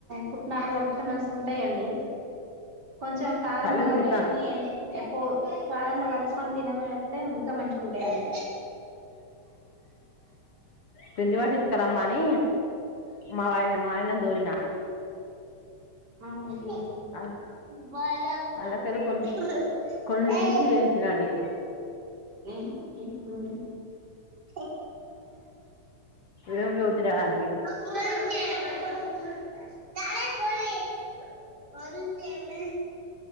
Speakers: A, on the right; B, on the left.
A: పుట్నాలు కలిపితే మస్తు ఉంటయంండి కొంచెం కారంలో
B: పల్లీలు
A: కలుపుకొని
B: పుట్ట
A: ఏం పో కారంలో కలు కొన్ తినవే యత్ ఉంటే ఇంక మంచిగ ఉంటయండి
B: పిండి పట్టి ఇసుకరమ్మ అని మా ఆయన మాయనన్ దోలిన
A: అవునండీ
B: అలా
A: బదగు క
B: అలాకెళ్ళి కొన్ని
A: ఏ <unintelligible>
B: కొన్ని తీసి వేయించినా అండి
A: ఉ ఉ ఉ ఉ
B: ఏము లేవు తినడానికి
A: అక <unintelligible> తాఏయే వంతె ఉ న్